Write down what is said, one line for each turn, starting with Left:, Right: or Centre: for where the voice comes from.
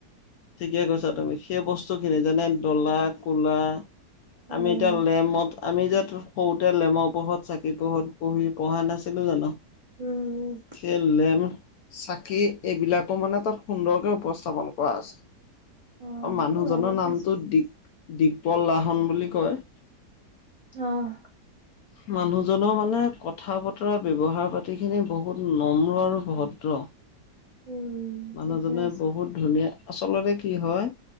Left: ঠিকে কৈছা তুমি, সেই বস্তু খিনি যেনে ডলা, কোলা। আমি
Right: উম,
Left: এতিয়া লেমত আমি যে সৰুতে লেমৰ পোহৰত, চাকি পোহৰত পঢ়ি পঢ়া নাছিলোঁ জানো।
Right: উম,
Left: সেই লেম, চাকি এইবিলাকো মানে তাত সুন্দৰকে উপস্থাপন কৰা আছে।
Right: অ'
Left: আৰু মানুহজনৰ
Right: ভালে
Left: নামটো
Right: কৈছে।
Left: দি দিগপল লাহন বুলি কয়।
Right: অ',
Left: <unintelligible> মানুহজনৰ মানে কথা বতৰা ব্যৱহাৰ পাতিখিনি বহুত নম্ৰ আৰু ভদ্ৰ।
Right: উম,
Left: মানুহজনে
Right: ঠিকে আছে।
Left: বহুত ধুনীয়া আচলতে কি হয়